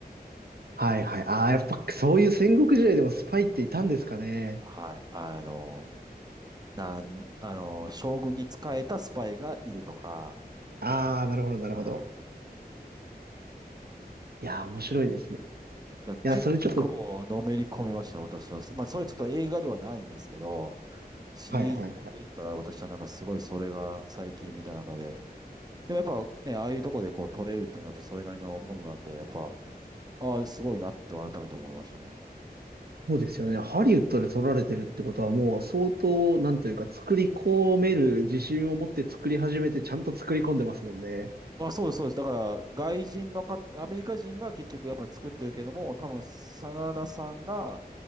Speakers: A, on the right; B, on the right.
A: はいはい。ああ、やっぱそういう戦国時代でもスパイっていたんですかね。
B: はい、あの、なん、あの、将軍に仕えたスパイがいるとか、
A: ああ、なるほど、なるほど。
B: は
A: いやー、面白いですね。
B: だから結構のめり込みました、
A: いや、それちょっと、
B: 私は。まあ、それちょっと映画ではないんですけど、シリーズもんで言ったら、
A: はいはいはい。
B: 私はなんかすごいそれが最近見た中で、でもやっぱね、ああいうとこでこう撮れるっていうのはやっぱそれなりのものなんで、やっぱ、ああ、すごいなって改めて思いましたね。
A: そうですよね。ハリウッドで撮られてるってことはもう相当、なんというか、作り込める自信を持って作り始めて、ちゃんと作り込んでますもんね。
B: あ、そうです、そうです。だから、外人のか、アメリカ人が結局やっぱ作ってるけども、多分、真田さんが、